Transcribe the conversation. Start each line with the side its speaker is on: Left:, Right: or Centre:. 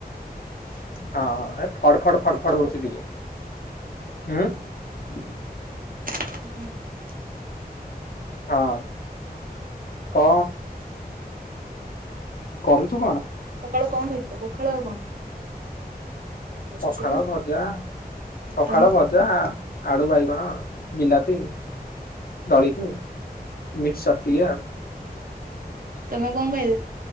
Left: ହଁ ହେତେ ଫଡ୍ ଫଡଫଡ
Right: କଲ୍
Left: ହଉଛି
Right: କଟିଗଲା।
Left: ଟିକେ। ହୁଁ।
Right: <inaudible>
Left: ହଁ କନ କରୁଚୁ କଣ?
Right: ସକାଲୁକଣ ଖାଇଥିଲ ପଖାଳ ଆଉ କଣ? ବସିଛି
Left: ପଖାଳ
Right: ପା
Left: ଭଜା ପଖାଳଭଜା
Right: ତମେ
Left: ଆ। ଆଳୁ ବାଇଗଣ ବିଲାତି ଦଳିକି ମିକ୍ସଚର ଟିକେ।
Right: ତମେ କଣ ଖାଇ